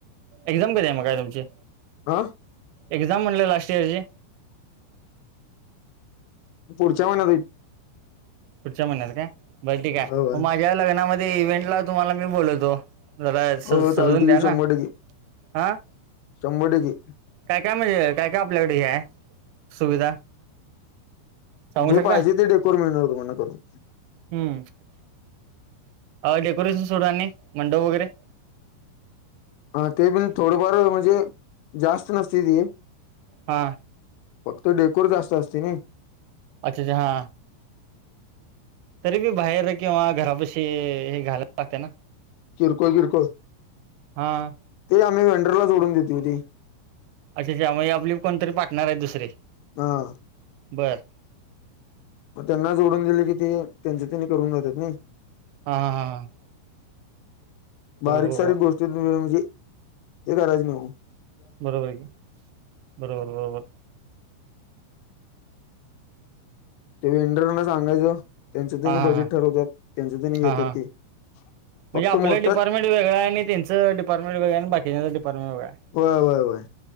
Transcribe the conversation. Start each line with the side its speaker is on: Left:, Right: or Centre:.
Right: एक्झाम क आहे म का तुमची
Left: हा
Right: एक्झाम म्हणले लास्ट इयरची
Left: पुढच्या महिन्यात
Right: पुढच्या महिन्यात काय बर ठीक आहे
Left: होय होय
Right: मग माझ्या लग्नामध्ये इव्हेंट ला तुम्हाला मी बोलवतो जला
Left: हो
Right: सज सजवून
Left: चालते
Right: द्या
Left: की
Right: ना
Left: शंभर टक्के
Right: हा
Left: शंभर टक्के
Right: काय काय म्हणजे काय काय आपल्याकडे हे आहे सुविधा सांगू
Left: जे
Right: शकता
Left: पाहिजे ते डेकोर मिळणार तुम्हाना करून
Right: हम्म डेकोरेशन सोडा नाही मंडप वगैरे
Left: हा ते बि थोडंफार म्हणजे जास्त नसती ती
Right: हा
Left: फक्त डेकोर जास्त असते नाही
Right: अच्छा छ हा तरी बी बाहेर किंवा घरापशी हे घालायला लागते ना
Left: किरकोळ किरकोळ
Right: हां
Left: ते आम्ही व्हेंडरला सोडून देते होती
Right: अच्छा अच्छाग आपली कोणतरी पार्टनर आहे दुसरी
Left: ह
Right: बरं
Left: मग त्यांना जोडून दिले की ते त्यांचे त्यांनी करून जेतात नाही
Right: हा हा हा ह
Left: बारीक
Right: बरोबर
Left: सारीक गोष्टी तु म्हणजे ते करायच नाही हो
Right: बरोबर की बरोबर बरोबर
Left: ते व्हेंडरांना सांगायचं त्यांचं त्यांनी
Right: हां
Left: बजेट
Right: हां हां
Left: ठरवतात त्यांच त्यांनी
Right: हां
Left: घेतात
Right: हां
Left: ते
Right: म्हणजे
Left: फक्त
Right: आपलं
Left: मोठा
Right: डिपारमेंट वेगळं आहे आणि त्यांचं डिपार्टमेंट आणि बाकीच्यांचे डिपार्टमेंट वेगळा आहे
Left: होय होय होय